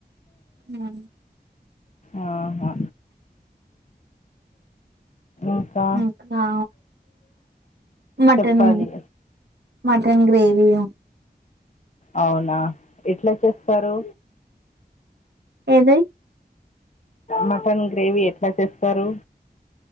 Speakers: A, on the right; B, on the left.
A: ఆ
B: ఆహా ఇంకా
A: ఇంకా మటన్
B: చెప్పాలి
A: మటన్ గ్రేవీయ
B: అవునా ఎట్ల చేస్తరు
A: ఏదై
B: మటన్ గ్రేవీ ఎట్ల చేస్తరు.